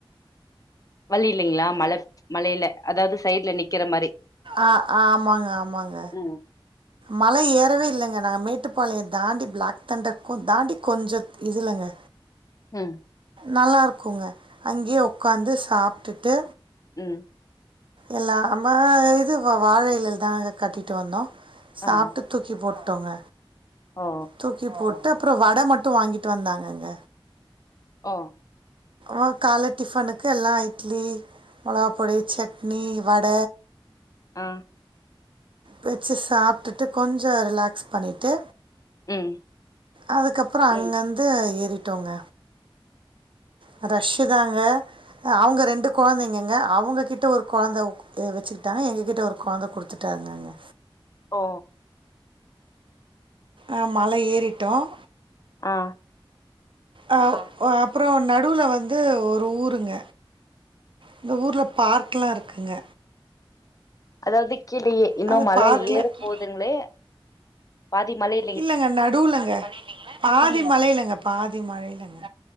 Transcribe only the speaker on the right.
ஆ ஆமாங்க ஆமாங்க
மல ஏறவே இல்லைங்க நாங்க மேட்டுப்பாளையம் தாண்டி பிளாக் தண்டருக்கும் தாண்டி கொஞ்சோ இதுலங்க
நல்லா இருக்குங்க அங்கேயே உக்காந்து சாப்ட்டுட்டு
எல்லா அம்ம இது வாழ இலைல தாங்க கட்டிட்டு வந்தோ சாப்ட்டு
தூக்கி போட்டோங்க
தூக்கி போட்டு அப்றோ வட மட்டு வாங்கிட்டு வந்தாங்கங்க
ஆ கால டிஃபனுக்கு எல்லா இட்லி மொளகாப்பொடி சட்னி வட
வச்சு சாப்ட்டிட்டு கொஞ்சோ ரிலாக்ஸ் பண்ணிட்டு
அதுக்கப்பறோம் அங்கந்து ஏறிட்டோங்க ஃரஷ் தாங்க அவுங்க ரெண்டு கொழந்தைங்கங்க அவுங்க கிட்ட ஒரு கொழந்த ஏ வச்சுக்கிட்டாங்க எங்ககிட்ட ஒரு கொழந்த குடுத்துட்டாங்கங்க
ஆ மல ஏறிட்டோம்
ஆ ஆ அப்றோம் நடுவுல வந்து ஒரு ஊருங்க அந்த ஊருல ஃபார்க்லாம் இருக்குங்க
அந்த
பார்க்ல
அதாவது
இல்லங்க நடுலங்க பாதி மலைலங்க பாதி மலைலங்க